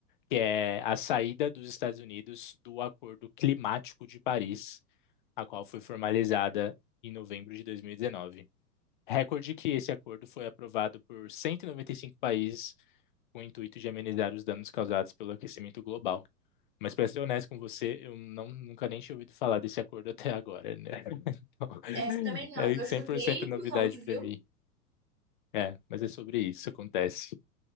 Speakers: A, on the left; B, on the right.
A: que é a saída dos Estados Unidos do Acordo Climático de Paris, a qual foi formalizada em novembro de 2019. Recorde que esse acordo foi aprovado por 195 países com o intuito de amenizar os danos causados pelo aquecimento global. Mas para ser honesto com você, eu não, nunca nem tinha ouvido falar desse acordo até agora, né? <laughs> Então,
B: Essa também não,
A: é
B: eu
A: 100%
B: chutei
A: novidade
B: longe,
A: para
B: viu?
A: mim. É, mas é sobre isso, acontece.